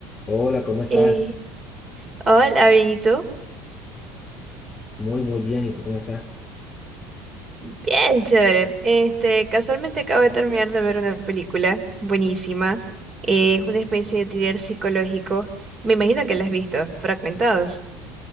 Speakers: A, on the left; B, on the right.
A: Hola, ¿cómo estás?
B: Eh, hola, bien, ¿y tú?
A: Muy, muy bien. ¿Y tú cómo estás?
B: Bien, chévere. Este, casualmente acabo de terminar de ver una película buenísima. Eh, es una especie de thriller psicológico. Me imagino que la has visto, Fragmentados.